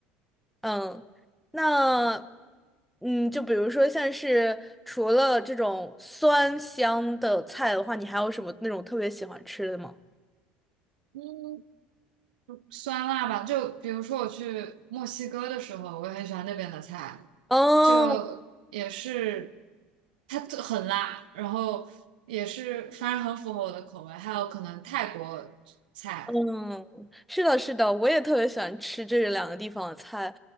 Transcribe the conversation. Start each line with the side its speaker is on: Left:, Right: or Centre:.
Centre: 嗯，那嗯，就比如说像是除了这种酸香的菜的话，你还有什么那种特别喜欢吃的吗？
Right: 嗯。酸辣吧，就比如说我去墨西哥的时候，我也很喜欢那边的菜，
Centre: 哦，
Right: 就也是它特很辣，然后也是反正很符合我的口味。还有可能泰国菜，
Centre: 嗯，是的，是的，我也特别喜欢吃这两个地方的菜。